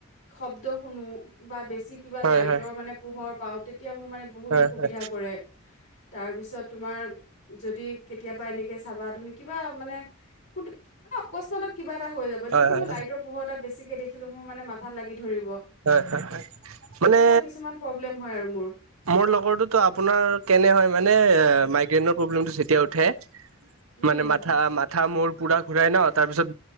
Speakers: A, on the left; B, on the right.
A: শব্দ শুনো কিবা বেছি কিবা
B: হয়
A: লাইটৰ
B: হয়
A: মানে পোহৰ পাও, তেতিয়া মোৰ মানে বহুত
B: হয়
A: অসুবিধা
B: হয়
A: কৰে। তাৰপিছত তোমাৰ যদি কেতিয়াবা এনেকে চাবা তুমি কিবা মানে কোনটো মান অকস্মাত কিবা এটা হৈ যাব।
B: হয়
A: দেখিলো
B: হয়
A: লাইটৰ পোহৰ এ বেছিকে দেখিলো, মোৰ মানে মাথাত লাগি ধৰিব
B: হয়-হয়
A: তেনেকুৱা
B: মানে
A: কিছুমান প্ৰব্লেম হয় আৰু মোৰ
B: মোৰ লগৰটোতো আপোনাৰ কেনে হয় মানে মাইগ্ৰেণ ৰ প্ৰব্লেম যেতিয়া উঠে
A: উম
B: মানে মাথা মাথা মোৰ পূৰা ঘূৰাই ন তাৰপিছত